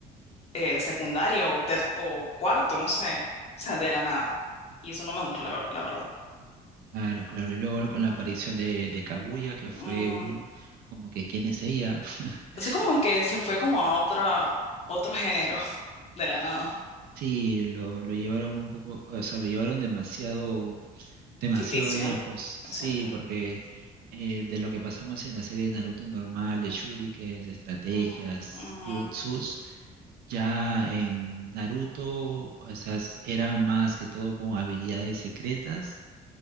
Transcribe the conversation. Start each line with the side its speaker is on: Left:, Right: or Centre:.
Left: eh, secundario o, ter- o cuarto, no sé, o sea, de la nada. Y eso no me gustó, la, la verdad.
Right: Claro, claro. Y luego
Left: Mm,
Right: con la aparición de, de Kaguya, que fue
Left: mm.
Right: un, como que, ¿quién es ella? <laughs>
Left: Es como que se fue como a otra, otro género, <laughs> de la nada,
Right: Sí, lo, lo llevaron un poco, o sea, lo llevaron demasiado Demasiado
Left: ficticio.
Right: lejos,
Left: Exacto.
Right: sí, porque eh, de lo que pasamos en la serie de Naruto normal, de shurikens, de estrategias,
Left: Mm, ujú,
Right: jutsus, ya en Naruto, o sea, s- eran más que todo con habilidades secretas